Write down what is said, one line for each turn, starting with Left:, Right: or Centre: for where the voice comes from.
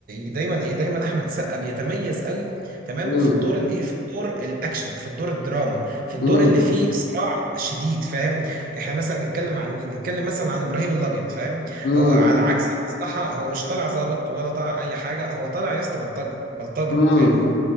Right: دايما ايه دايما احمد سقا بيتميز قوي تمام
Left: امم
Right: في الدور الايه في الدور الاكشن في الدور الدراما في الدور
Left: امم
Right: اللي فيه صراع شديد فاهم يعني احنا مثلا نتكلم عن مين نتكلم مثلا عن ابراهيم الابيض فاهم
Left: امم
Right: هو على عكس المصلحه هو مش طالع ظابط ولا طالع اي حاجه هو طالع يا اسطى بلطجي بلطجي
Left: امم
Right: فاهمني